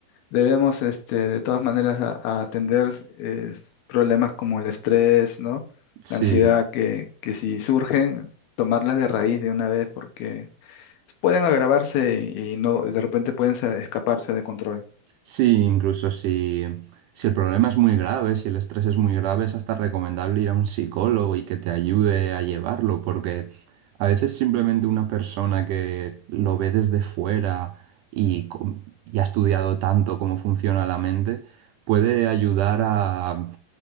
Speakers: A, on the left; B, on the right.
A: debemos este, de todas maneras a- a atender eh, problemas como el estrés, ¿no?
B: Sí.
A: La ansiedad que, que si surgen, tomarlas de raíz de una vez porque pueden agravarse y, y no, de repente pueden se- escaparse de control.
B: Sí, incluso si, si el problema es muy grave, si el estrés es muy grave, es hasta recomendable ir a un psicólogo y que te ayude a llevarlo, porque a veces simplemente una persona que lo ve desde fuera y, com- y ha estudiado tanto cómo funciona la mente, puede ayudar a,